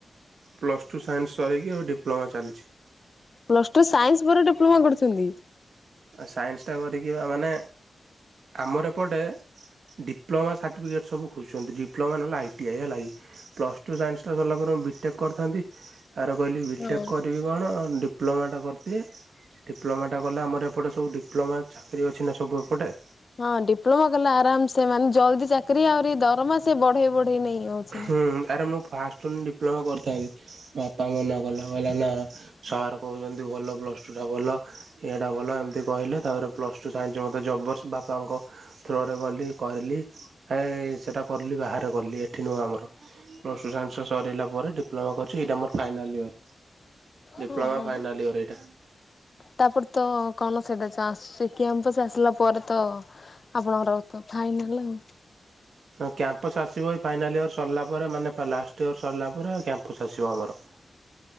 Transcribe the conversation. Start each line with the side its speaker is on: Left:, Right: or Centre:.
Right: ପ୍ଲସ୍ ଟୁ ସାଇନ୍ସ ସରକି ଡିପ୍ଲୋମା ଚାଲିଛି।
Left: ପ୍ଲସ ଟୁ ସାଇନ୍ସ ପରେ ଡିପ୍ଲୋମା କରୁଛନ୍ତି।
Right: ସାଇନ୍ସ ଟା କରିକି ମାନେ ଆମର ଏପଟେ ଡିପ୍ଲୋମା ସାର୍ଟିଫିକେଟ ସବୁ ଖୋଜଛନ୍ତି ଡିପ୍ଲୋମା ନହେଲେ ଆଇଟି ଆଇ ହେଲା କି। ପ୍ଲସ ଟୁ ସାଇନ୍ସଟା ସରିଲା ପରେ ମୁଁ ବିଟେକ୍ କରିଥାନ୍ତି। ତାପରେ କହିଲି ବିଟେକ୍
Left: ହଁ
Right: କରିବି କଣ ଡିପ୍ଲୋମାଟା କରିଦିଏ ଡିପ୍ଲୋମାଟା କଲେ ଆମର ଏପଟେ ସବୁ ଡିପ୍ଲୋମା ଚାକିରି ଅଛି ନା ସବୁ ଏପଟେ।
Left: ହଁ ଡିପ୍ଲୋମା କଲେ ଆରାମ ସେ ମାନେ ଜଲ୍ଦି ଚାକିରି ଆହୁରି ଦରମା ସେ ବଢେଇ ବଢେଇ ନେଇ ଯାଉଛି ନା।
Right: ହୁଁ ଆରେ ମୁଁ ଫାଷ୍ଟ ଡିପ୍ଲୋମା କରିଥାନ୍ତି ବାପା ମନା କଲା କହିଲା ନା। ସାର୍ କହୁଛନ୍ତି ଭଲ ପ୍ଲସ ଟୁ ଟା ଭଲ ଇଏଟା ଭଲ ଏମିତି କହିଲେ ତାପରେ ପ୍ଲସ୍ ଟୁ ସାଇନ୍ସରେ ମୋ ଜବର୍ସ ବାପାଙ୍କ ଥ୍ରୋରେ ଗଲି କହିଲି ଏ ସେଟା କରଲି ବାହାରେ କଲି ଏ ଏଠି ନୁହଁ ଆମର ପ୍ଲ ଟୁ ସାଇନ୍ସ ସରିଲା ପରେ ଡିପ୍ମାମା କରିଛି ଏଇଟା ଆମର ଫାଇନାଲ୍ ଇୟର। ଡିପ୍ଲମା
Left: ହଁ ହଁ
Right: ଫାଇନାଲ ଇଅର ଏଇଟା।
Left: ତାପରେ ତ କଣ ସେଇଟା ଚାନ୍ସ ସେ କ୍ୟାମ୍ପସ ଆସିଲା ପରେ ତ ଆପଣଙ୍କର ତ ଫାଇନାଲ ଆଉ।
Right: କ୍ୟାମ୍ପସ ଆସିବ ଏଇ ଫାଇନାଲ୍ ଇୟର ସରିଲା ପରେ ମାନେ ଲାଷ୍ଟ ଇୟର ସରିଲା ପରେ କ୍ୟାମ୍ପସ ଆସିବ ଆମର।